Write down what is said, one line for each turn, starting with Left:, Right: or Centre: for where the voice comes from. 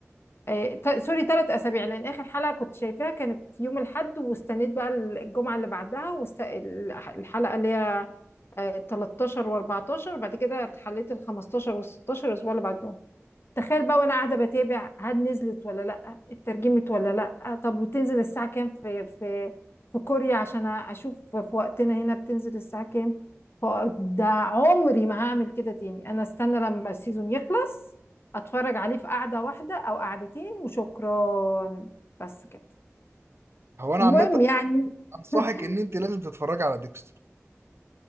Left: آه، تا- سوري ثلاث اسابيع لان اخر حلقة كنت شايفاها كانت يوم الاحد واستنيت بقى الجمعة اللي بعدها واست... الح- الحلقة اللي هي آه، 13 و14 بعد كده حليت ال 15 وال 16 الاسبوع اللي بعدهم تخيل بقى وانا قاعده بتابع هل نزلت ولا لا اترجمت ولا لا طب بتنزل الساعه كام في في في كوريا عشان اشوف في وقتنا هنا بتنزل الساعه كام ف- ده عمري ما هعمل كده تاني انا استنى لما السيزون يخلص اتفرج عليه في قعده واحده او قعدتين وشكرا بس كده
Right: هو انا
Left: المهم
Right: عامة
Left: يعني
Right: انصحك
Left: <laughs>
Right: ان انت لازم تتفرجي على ديكستر